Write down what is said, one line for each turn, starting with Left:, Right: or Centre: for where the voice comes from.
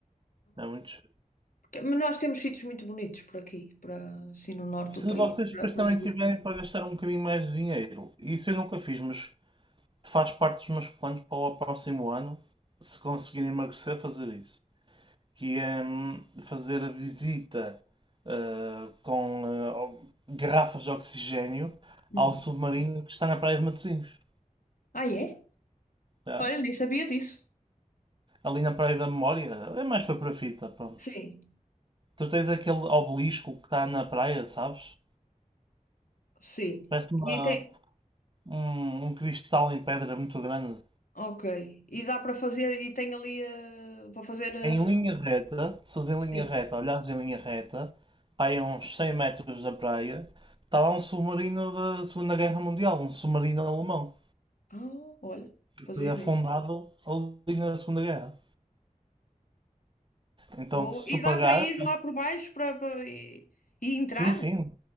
Right: é muito
Left: Mas Nós temos sítios muito bonitos por aqui, para, assim no norte
Right: Se
Left: do país,
Right: vocês
Left: para,
Right: depois
Left: para
Right: também
Left: visitar.
Right: tiverem para gastar um bocadinho mais de dinheiro, isso eu nunca fiz, mas faz parte dos meus planos para o próximo ano, se conseguirem emagrecer, fazer isso. Que é hum, fazer a visita ah, com ah, garrafas de oxigénio
Left: Hum.
Right: ao submarino que está na Praia de Matosinhos.
Left: Ah, é?
Right: tá?
Left: Olha, nem sabia disso.
Right: Ali na Praia da Memória, é mais para a fita, pronto.
Left: Sim,
Right: Tu tens aquele obelisco que está na praia, sabes?
Left: sim.
Right: Parece uma,
Left: E tem.
Right: um, um cristal em pedra muito grande.
Left: Ok. E dá para fazer, e tem ali eh, para fazer. eh,
Right: Em linha reta, se fores em
Left: Sim.
Right: linha reta, olhares em linha reta, pá, aí a uns 100 metros da praia, está lá um submarino da Segunda Guerra Mundial, um submarino alemão,
Left: Ah, olha,
Right: que
Left: fazia
Right: foi
Left: ideia.
Right: afundado ali na Segunda Guerra. Então,
Left: Vou.
Right: se tu
Left: E
Right: pagar,
Left: dá para ir lá por baixo para, para- e, e entrar?
Right: sim, sim,